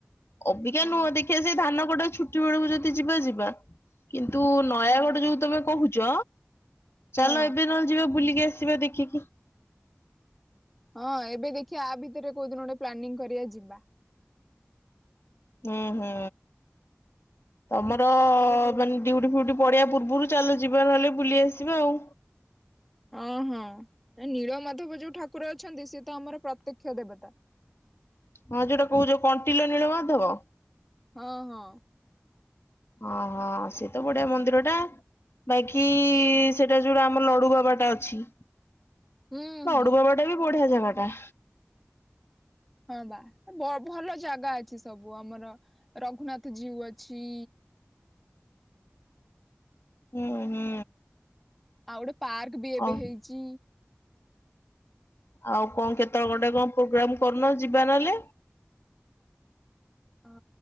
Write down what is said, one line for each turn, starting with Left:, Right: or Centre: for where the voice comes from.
Left: ଅବିକା
Centre: ହଁ
Left: ନୁହଁ ଦେଖିବା ସେ ଧାନ କଟା ଛୁଟି ବେଳକୁ ଯଦି ଯିବା ଯିବା। କିନ୍ତୁ ନୟାଗଡ଼
Centre: ହଁ
Left: ଯୋଉ ତମେ କହୁଛ
Centre: ହଁ
Left: ଚାଲ ଏବେ ନହଲେ ଯିବା ବୁଲିକି ଆସିବା ଦେଖିକି।
Centre: ହଁ ଏବେ ଦେଖି ଆ ଆ ଭିତରେ କୋଉ ଦିନ ଗୋଟେ ପ୍ଲାନିଂ କରିବା ଯିବା।
Left: ହୁଁ ହୁଁ ତମର
Centre: ଆମର ଯୋଉ
Left: ମାନ ଡିଉଟି ଫିଉଟି ପଡ଼ିବା ପୂର୍ବରୁ ଚାଲ ଯିବା ନହଲେ ବୁଲି ଆସିବା ଆଉ।
Centre: ହଁ ହଁ ନୀଳ ମାଧବ ଯୋଉ ଠାକୁର ଅଛନ୍ତି ସିଏ ତ ଆମର ପ୍ରତ୍ୟକ୍ଷ ଦେବତା।
Left: ହଁ ଯୋଉଟା କହୁଛ କଣ୍ଟିଲ ନୀଳମାଧବ।
Centre: ହଁ ହଁ।
Left: ହଁ ହଁ ସେ ତ ବଢ଼ିଆ ମନ୍ଦିର ଟା। ବାକି ସେଟା ଯୋଉଟା ଆମ ଲଡ଼ୁ ବାବାଟା ଅଛି
Centre: ହୁଁ
Left: ଲଡ଼ୁ
Centre: ହୁଁ।
Left: ବାବା ଟା ବି ବଢ଼ିଆ ଜାଗା ଟା।
Centre: ହଁ ବା ଭଲ ଜାଗା ଅଛି ସବୁ ଆମର ରଘୁନାଥ ଜୀଉ ଅଛି।
Left: ହୁଁ ହୁଁ।
Centre: ଆଉ ଗୋଟେ ପାର୍କ ବି ଏବେ
Left: ଆଉ
Centre: ହେଇଛି।
Left: ଆଉ କଣ କେତେବେଳେ ଗୋଟେ କଣ ପ୍ରୋଗ୍ରାମ କରୁନ ଯିବା ନହେଲେ।
Centre: ହଁ